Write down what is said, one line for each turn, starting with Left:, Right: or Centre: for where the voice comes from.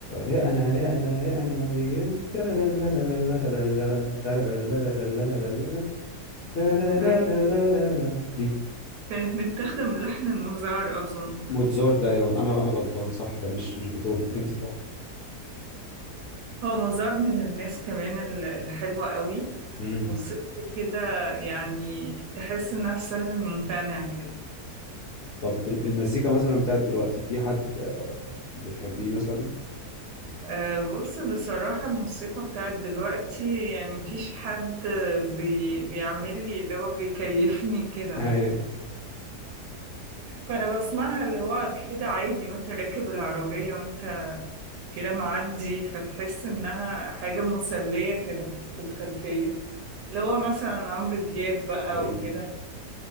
Left: يا انا يا انا يا انا ويا ترارارارارارارا، ترارارارارارارا، ترارارارارارا.
Right: هي
Left: دي
Right: كانت متاخدة من لحن المزار أظن
Left: موتزارت ايوه انا انا غلطان صح ده مش مش بيتهوفن انت صح
Right: هو مزار من الناس كمان ال- الحلوة قوي
Left: امم
Right: موسيقته كده يعني تحس إنها سهل الممتنع كده
Left: طب ال- المزيكا مثلا بتاعت دلوقتي في حد بتحبيه مثلا
Right: أه بص بصراحة الموسيقى بتاعت دلوقتي يعني مفيش حد بي بيعمل لي اللي هو بيكيفني كده
Left: <laughs> ايوه
Right: فانا بسمعها اللي هو كده عادي وانت راكب العربية وانت كده معدي فتحس انها حاجة مسلية كده في الخلفية اللي هو مثلا عمرو دياب بقى
Left: ايوه
Right: وكده